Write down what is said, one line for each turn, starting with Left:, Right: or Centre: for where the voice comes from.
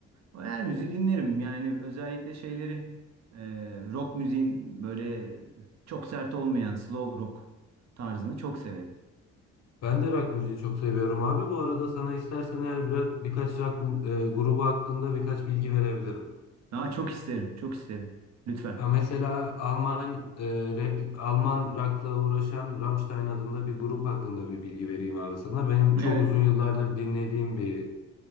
Right: Her müziği dinlerim. Yani özellikle şeyleri e, rock müziğin böyle çok sert olmayan slow rock tarzını çok severim.
Left: Ben de rock müziği çok seviyorum abi. Bu arada sana istersen eğer biraz birkaç rock e, grubu hakkında birkaç bilgi verebilirim.
Right: Daha çok isterim, çok isterim. Lütfen.
Left: Ha, Mesela Alman e, rap, Alman rock'la uğraşan Rammstein adında bir grup hakkında bir bilgi vereyim abi sana. Benim çok
Right: Evet.
Left: uzun yıllardır dinlediğim bir